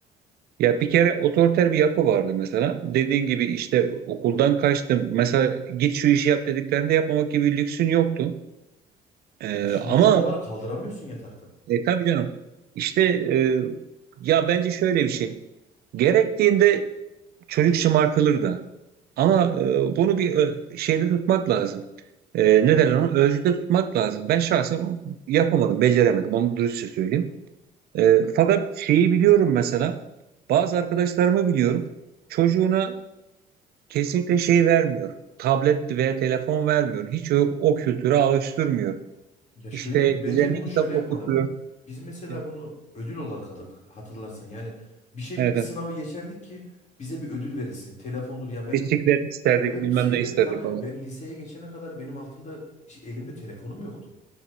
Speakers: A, on the right; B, on the left.
A: ya bir kere otoriter bir yapı vardı mesela. Dediğin gibi işte okuldan kaçtım. Mesela git şu işi yap dediklerinde yapmamak gibi bir lüksün yoktu. Ee,
B: E şimdiki
A: ama
B: çocuklara kaldıramıyorsun yataktan.
A: e, tabii canım işte e, ya bence şöyle bir şey. Gerektiğinde çocuk şımartılır da. Ama e, bunu bir ö- şeyde tutmak lazım. E, ne derler ona? Ölçüde tutmak lazım. Ben şahsen yapamadım, beceremedim. Onu dürüstçe söyleyeyim. E, fakat şeyi biliyorum mesela bazı arkadaşlarımı biliyorum çocuğuna kesinlikle şey vermiyor. Tablet veya telefon vermiyor. Hiç o, o kültüre alıştırmıyor.
B: Ya şöyle
A: İşte
B: bence
A: düzenli
B: bunu
A: kitap
B: şöyle yapmalı.
A: okutuyor.
B: Biz mesela
A: Evet.
B: bunu ödül olarak alırdık hatırlarsan. Yani bir şey
A: Evet.
B: bir
A: evet.
B: sınavı geçerdik ki bize bir ödül verilsin. Telefondur ya ben
A: Bisiklet isterdik
B: evet
A: bilmem
B: bisikletleri
A: ne isterdik
B: tabii
A: falan.
B: ben liseye geçene kadar benim altımda şey, elimde telefonum yoktu.